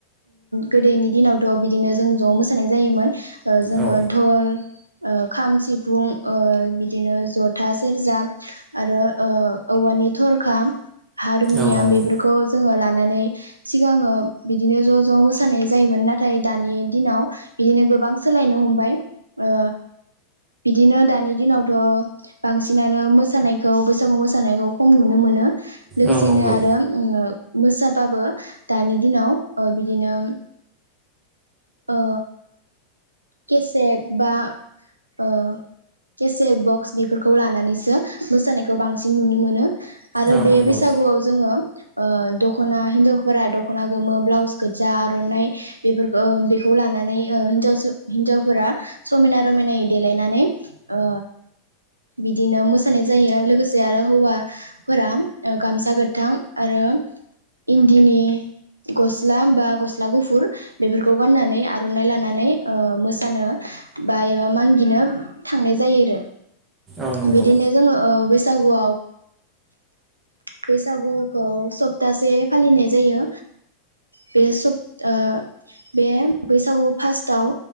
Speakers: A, on the right; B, on the right.
A: गोदोनि दिनावथ बिदिनो जों ज मोसानाय जायोमोन। ओ जोंङो
B: औ
A: धल ओ खाम सिफुं ओ बिदिनो जथास सेरजा आरो ओ औवानि थरखा हारमुनियाम
B: औ नंगौ
A: बेफोरखौ जोंङो लानानै सिगाङो बिदिनो ज ज मोसानाय जायोमोन नाथाय दानि दिनाव बिदिनो गोबां सोलायनो हमबाय ओ बिदिनो दानि दिनावथ बांसिनानो मोसानायखौ बैसागु मोसानायखौ खम नुनो मोनो। लोगोसेनो
B: औ नंगौ
A: आरो उमओ मोसाबाबो दानि दिनाव ओ बिदिनो ओ। केसेक बा ओ केसेक बक्स बेफोरखौ लानानैसो मोसानायखौ बांसिन नुनो मोनो। आरो
B: औ
A: बे
B: नंगौ
A: बैसागुआव जोंङो ओ दखना हिन्जावफोरा दखना गोमो ब्लाउस गोजा आरनाइ बेफोरखो ओ बेखौ लानानै ओ हिनजावस हिन्जावफोरा समायना रमायनायै देलायनानै ओ बिदिनो मोसानाय जायो लोगोसे आरो हौवाफोरा गामसा गोथां आरो इन्दिनि गस्ला बा गस्ला गुफुर बेफोरखौ गाननानै आरनाइ लानानै ओ मोसानो बा एबा मांगिनो थांनाय जायो आरो
B: औ नंगौ
A: बिदिनो जोंङो ओ बैसागु बैसागुखौ सप्तासे फालिनाय जायो बे सप्ता ओ बे बैसागु फास्थ दाउ